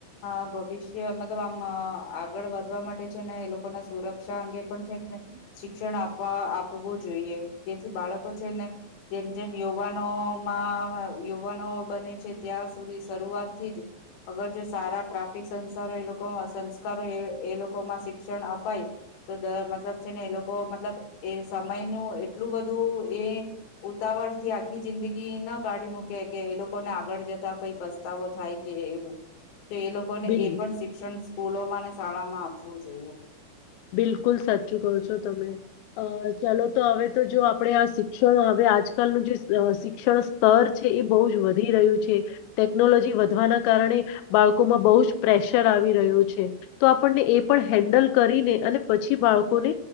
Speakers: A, on the left (about 55°); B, on the left (about 85°).
A: આ ભ ભવિષ્ય મતલબ આમ આ આગળ વધવા માટે છે ને એ લો ના સુરક્ષા અંગે પણ છે શિક્ષણ આપવા આપવું જોઈએ જેથી બાળકો છે ને જેમ જેમ યુવાનોમાં યુવાનો બને છે ત્યાં સુધી શરૂઆતથી જ અગર જો સારા ટ્રાફિક સંસારો એ લોકો સંસ્કારો એ લોકોમાં શિ શિક્ષણ અપાય તો દર મતલબ છે ને એ લોકો મતલબ એ સમય નો એ એટલું બધું એ ઉતાવળ થી આખી જિંદગી ના કાઢી મૂકે કે એ લોકોને આગળ જ તથા કોઈ પસ્તાવો થાય કે એવું. તો એ લોકોને
B: બિલ
A: એ પણ શિક્ષણ સ્કૂલોમાં ને શાળા માં આપવું જોઈએ.
B: બિલકુલ સાચું કહો છો તમે. અ ચાલો તો હવે તો જો આપણેે આ શિક્ષણ હવે આજકાલનું જે અ શિક્ષણ સ્તર છે. એ બહું જ વધી રહ્યું છે ટેકનોલોજી વધવાના કારણે બાળકોમાં બહુ જ પ્રેશર આવે વી રહ્યું છે તો આપણને એ પણ હેન્ડલ કરીને અને પછી બાળકોને